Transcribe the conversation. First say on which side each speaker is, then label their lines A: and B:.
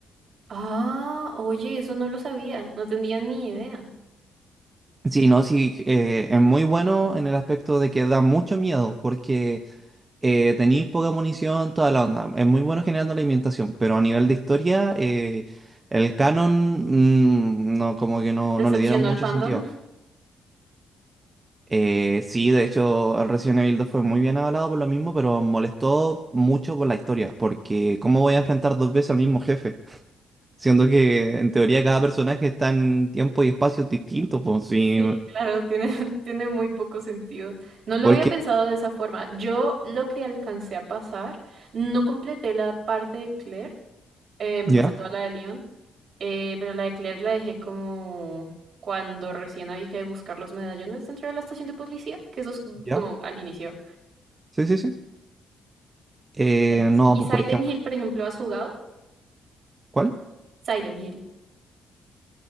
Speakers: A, on the right; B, on the right.
A: Ah, oye, eso no lo sabía, no tenía ni idea.
B: Sí, no, sí, eh, es muy bueno en el aspecto de que da mucho miedo, porque eh, tenéis poca munición, toda la onda. Es muy bueno generando la alimentación, pero a nivel de historia, eh, el canon, mm, no, como que no,
A: ¿Decepcionó
B: no le dieron mucho
A: al fandom?
B: sentido. Eh, sí, de hecho, el Resident Evil 2 fue muy bien avalado por lo mismo, pero molestó mucho por la historia, porque ¿cómo voy a enfrentar dos veces al mismo jefe? <laughs> Siendo que en teoría cada personaje está en tiempo y espacios distintos, pues sí,
A: Sí, claro, tiene, <laughs> tiene muy poco sentido. No lo
B: porque...
A: había pensado de esa forma. Yo lo que alcancé a pasar, no completé la parte de Claire, Eh, me
B: Ya,
A: pasé toda la de Leon, eh, pero la de Claire la dejé como cuando recién había que buscar los medallones dentro de la estación de policía, que eso es
B: ya,
A: como al inicio.
B: sí, sí, sí. Eh,
A: Pero sí.
B: no,
A: ¿Y
B: pues
A: Silent
B: por ejemplo,
A: Hill, por ejemplo, has jugado?
B: ¿cuál?
A: Silent Hill.